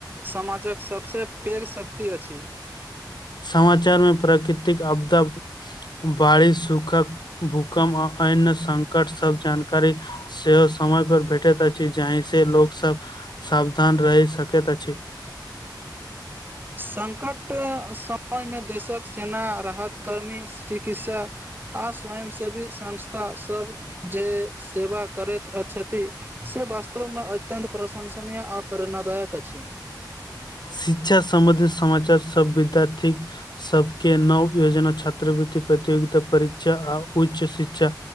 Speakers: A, on the right; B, on the left.
A: समाजक सभसे पेघ शक्ति अछी।
B: समाचार में प्राकृतिक आपदा बाढ़ी सूख <unintelligible> भूकम आ ऐन्य संकट सब जानकारी सेहो समय पर भेटैत अछि, जांहि से लोक सब सावधान रहि सकैत अछि।
A: संकट समय में देशक सेना राहत कर्मी चिकित्सा आ स्वयं सेवी संस्था सब जे सेवा करैत अछथी। स वास्तवमें अत्यन्त प्रशंसनीय आ प्रेरणादायक अछी।
B: शिक्षा सम्बध समाचार स विद्यार्थी सबके नव योजना छात्रवृति प्रतियोगिता परीक्षा आ उच्च शिक्षा